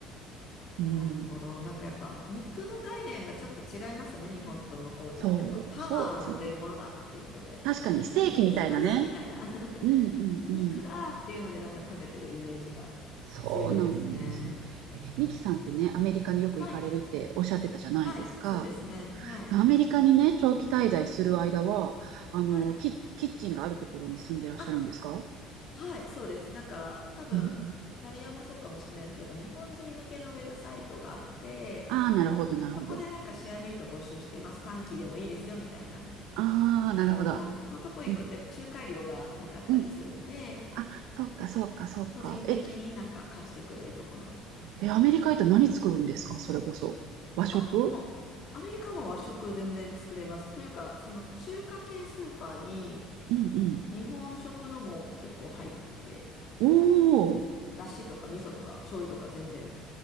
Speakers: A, on the right; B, on the left.
A: うん。
B: なるほど。なんかやっぱ、肉の概念がちょっと違いますよね、日本と向こうじゃ。
A: そう、
B: やっぱ、パワーをくれるものだっていうので、
A: そうですよね。確かに、ステーキみたいなね。
B: 肉、肉みたいな <laughs>
A: うんうんうん。
B: 肉だっていうので、なんか食べてるイメージが強いですね。
A: そうなんですよ。え、ミキさんってね、アメリカによく行かれるっておっしゃってたじゃないですか。
B: はい。はい、そうですね。はい。
A: アメリカにね、長期滞在する間は、あの、
B: はい。
A: キ、キッチンがあるところに住んでらっしゃるんですか
B: あ、はい、そうです。なんか、多分、
A: うんうん。
B: イタリアもそうかもしれないですけど、やっぱ日本人向けのウェブサイトがあって、
A: ああ、なるほど、なるほど。
B: そこでなんかシェアメイト募集してます。短期でもいいですよ、みたいな。
A: ああ、なるほど。
B: そういう人のとこ行くと、
A: うん、
B: やっぱ仲介料がなかったりするんで、
A: うん。あ、そっか、そっか、そっか。
B: 個人的になんか貸してくれるところに。
A: え、え、アメリカ行ったら何作るんですかそれこそ。和食
B: あ、もう、アメリカも和食全然作れます。というか、その中華系スーパーに
A: うんうん。
B: 日本食のも結構入ってて、
A: お
B: だしとか味噌とか醤油とか全然